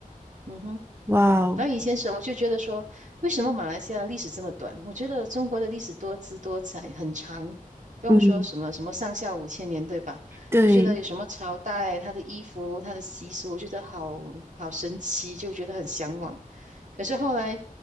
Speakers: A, on the right; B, on the right.
A: 嗯哼。
B: 哇哦，
A: 那后以前时候我就觉得说，为什么马来西亚历史这么短？我觉得中国的历史多姿多彩，很长，不用说什么什么上下五千年，
B: 嗯，
A: 对吧？
B: 对
A: 就觉得有什么朝代、它的衣服、它的习俗，我觉得好好神奇，就觉得很向往。可是后来